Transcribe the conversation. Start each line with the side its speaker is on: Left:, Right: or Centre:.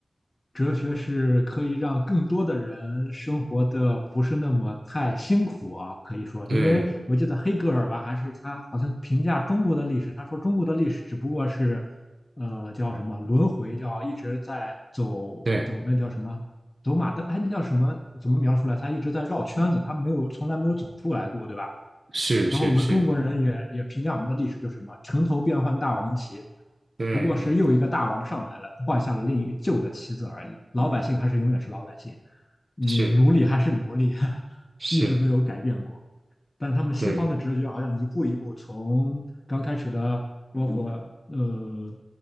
Left: 哲学是可以让更多的人生活的不是那么太辛苦啊，可以说，
Right: 对
Left: 因为我记得黑格尔吧，还是他好像评价中国的历史，他说中国的历史只不过是，呃，叫什么轮回，叫一直在走走那叫什么走马灯，
Right: 对，
Left: 哎，那叫什么？怎么描述来？他一直在绕圈子，他没有从来没有走出来过，对吧？
Right: 是是是，
Left: 然后我们中国人也也评价我们的历史就是什么“城头变换大王旗”，
Right: 对对对，
Left: 不过是又一个大王上来了，换下了另一旧的旗子而已。老百姓还是永远是老百姓，你奴隶还是奴隶，
Right: 是
Left: <laughs>
Right: 是，
Left: 一直没有改变过。但他们西方的哲学好像一步一步从刚开始的，
Right: 对，
Left: 包括呃